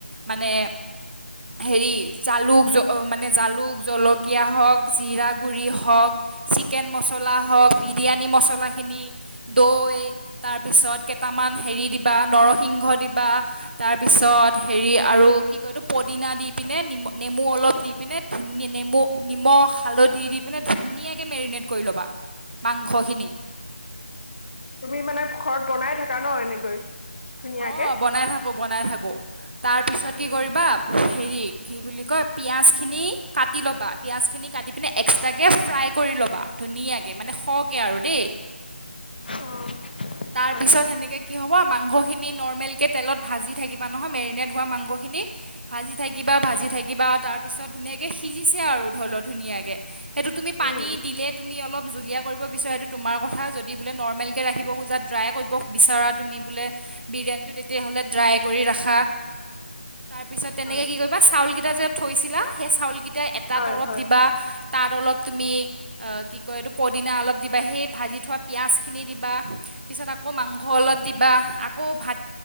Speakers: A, on the right; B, on the left.
A: মানে হেৰি জালুক, জলকীয়া, জালুক জলকীয়া হওক, জীৰা গুৰি হওক, চিকেন মছলা
B: উম
A: হওক বিৰিয়ানী মছলাখিনি দৈ তাৰপিছত কেইটামান
B: উম
A: হেৰি দিবা নৰসিংহ দিবা তাৰপিছত হেৰি আৰু কি কয় এইটো পদিনা দি পিনে নেমু অলপ দি পিনে ধুন নেমু নিমখ হালধি দি পিনে ধুনীয়াকৈ মেৰিনেট কৰি ল'বা মাংসখিনি।
B: তুমি মানে ঘৰত বনাই থাকা ন এনেকৈ ধুনীয়াকে
A: অ বনাই থাকো বনাই থাকো। তাৰপিছত
B: উম
A: কি কৰিবা হেৰি কি বুলি কয় পিঁয়াজখিনি কাটি ল'বা পিঁয়াজখিনি কাটি পিনে এক্সট্ৰাকৈ ফ্ৰাই কৰি ল'বা ধুনীয়াকৈ মানে শক আৰু দেই
B: অ'
A: তাৰপিছত
B: হয় হয়
A: হেনেকে কি হব মাংস খিনি নৰ্মেল কে তেলত ভাজি থাকিবা নহয় মেৰিনেট হোৱা মাংস খিনি ভাজি থাকি কিবা ভাজি থাকিবা তাৰ পিছত ধুনীয়াকে সিজিছে আৰু ধৰি লও ধুনীয়াকে সেইটো তুমি
B: উম
A: পানী দিলে তুমি অলপ জুলীয়া কৰিব বিচাৰা সেইটো তোমাৰ কথা যদি বোলে নৰ্মেলকৈ ৰাখিব খোজা ড্ৰাই কৰিব বিচাৰা তুমি বোলে বিৰিয়ানীটো তেতিয়াহ'লে ড্ৰাই কৰি ৰাখা তাৰপিছত তেনেকৈ
B: হয়
A: কি কৰিবা চাউলকেইটা যে থৈছিলা সেই চাউলকেইটা এটা
B: হয়
A: তৰপ
B: হয়
A: দিবা। তাত অলপ তুমি কি কয় এইটো। দিনা অলপ দিবা সেই ভাজি থোৱা পিঁয়াজখিনি দিবা পিছত আকৌ মাংস অলপ দিবা আকৌ ভাত